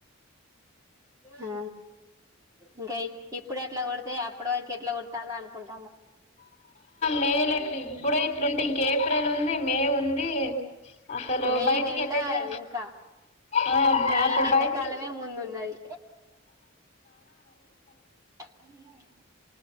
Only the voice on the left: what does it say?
అ
మేలుట్ ఇప్పుడే ఇట్లుంటే ఇంక ఏప్రిల్ ఉంది మే ఉంది అసలు
బయటికి
వెళ్ళ స
ఆ
అత
బయటికి